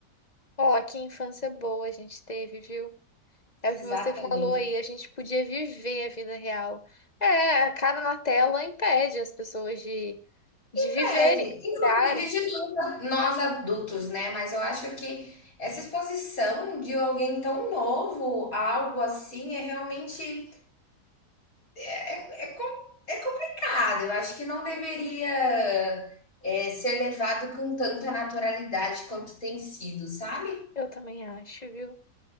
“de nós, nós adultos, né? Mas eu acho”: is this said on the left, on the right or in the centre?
Left